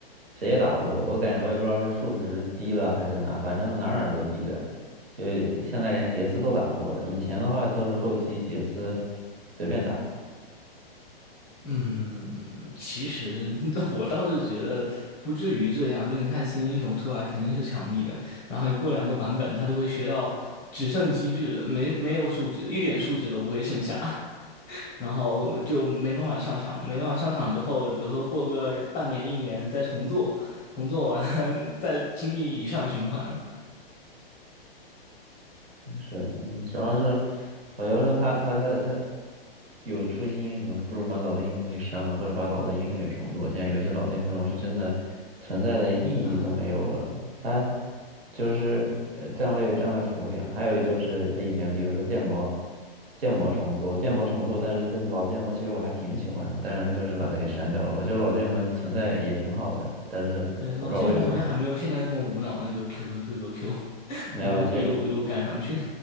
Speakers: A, on the right; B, on the left.
A: 谁也打不过，我感觉我也不知道是数值低了还是哪，反正哪儿哪儿都低了，就现在连杰斯都打不过了，以前的话都是后期杰斯随便打。
B: 嗯，其实 <laughs> 我倒是觉得不至于这样。就是你看新英雄出来肯定是强力的，然后你过两个版本，他就会学到只剩机制，没没有数值，一点数值都不会剩下，<laughs> 然后就没办法上场。没办法上场之后，比如说过个半年一年再重做，重做完 <laughs> 再经历以上循环
A: 是，嗯主要是我要是他他他他有出新英雄的，不如把老的英雄给删了，或者把老的英雄也重做。现在有些老的英雄是真的存在的意义都没有了，
B: 啊。
A: 他就是呃站位站位服务员，还有就是他以前比如说建模建模重做，
B: 嗯，
A: 建模重做，但是他老建模其实我还挺喜欢的，但是他就是把它给删掉了。我觉得老建模存在也挺好的，但是我不知道为什么
B: 对，老剑魔好像还没有现在这么无脑那个 QQQQQ，<laughs>
A: 没有，
B: 一路一路一路赶上去。
A: 其实